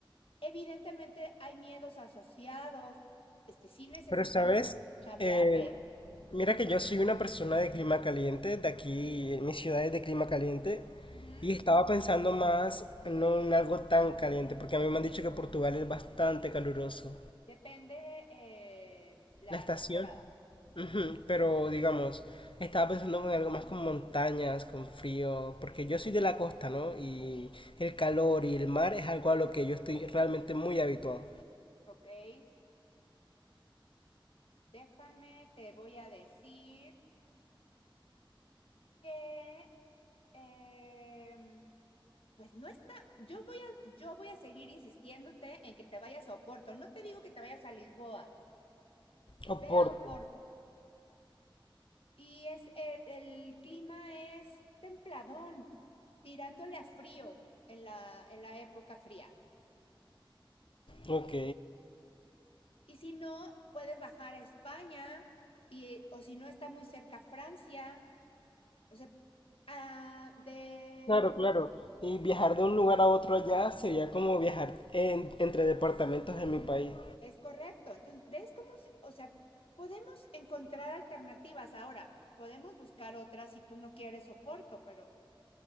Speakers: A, on the left; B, on the left.
A: Evidentemente hay miedos asociados, este sí necesitamos
B: Pero, ¿sabes?
A: chambearle.
B: Eh, mira que yo soy una persona de clima caliente, de aquí, en mi ciudad es de clima caliente,
A: Ujú.
B: y estaba pensando más no en algo tan caliente, porque a mí me han dicho que Portugal es bastante caluroso.
A: Depende eh, la
B: La estación,
A: temporada,
B: ujú, pero digamos, estaba pensando en algo más con montañas, con frío, porque yo soy de la costa, ¿no? Y el calor y el mar es algo a lo que yo estoy realmente muy habituado.
A: ¿ok? Déjame, te voy a decir que, em, pues no está, yo voy a, yo voy a seguir insistiéndote en que te vayas a Oporto. No te digo que te vayas a Lisboa,
B: Oporto,
A: ve a Oporto. Y es, e- el, clima es templadón, tirándole a frío en la, en la época fría.
B: ok.
A: Y si no, puedes bajar a España y, o si no está muy cerca Francia. O sea, ah, de
B: Claro, claro. Y viajar de un lugar a otro allá sería como viajar en- entre departamentos en mi país.
A: Es correcto. Entonces, ¿ves cómo, se- o sea, podemos encontrar alternativas ahora? Podemos buscar otras si tú no quieres soporto, pero